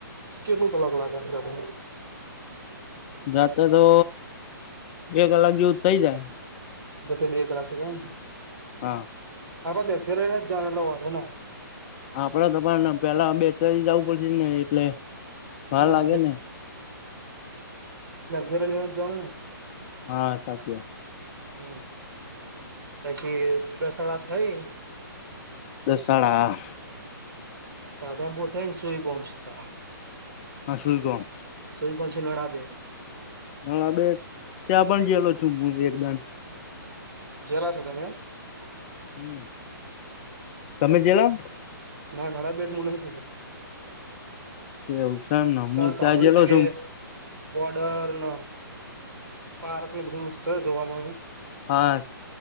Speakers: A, on the right; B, on the left.
A: કેનું પલ <unintelligible>
B: જાતે તો બે કલાક જેવું થઇ જાય
A: જ બે કલાકે જને
B: હા.
A: હ અ્યારેને ચાર એટલો વાંધો
B: આપડે તો પણ પેલા બેચલી જવું પડશે ને એટલે ભાર
A: હમ
B: લાગે ને.
A: લગઝરી લેને જઉં હને
B: હા સાચી વાત
A: <unintelligible> થઈ
B: ત સાડા
A: સાધમપ થાય સુઈ પહચતા
B: હ સુું કોણ
A: સુઈ કો છડા દ
B: હા બે ત્યાં પણ જયેલો છું હું એકદમ
A: જેલા છો તમેમ
B: હમ્મ તમે જેલા
A: ના નાળા બેટ મન છે.
B: એવું છે એમને હું
A: પણ સાંભળ્યું
B: ચજેલો
A: છે કે
B: છું
A: બોર્ડર ન પાર્ક ન બધું સે જોવાનું
B: હા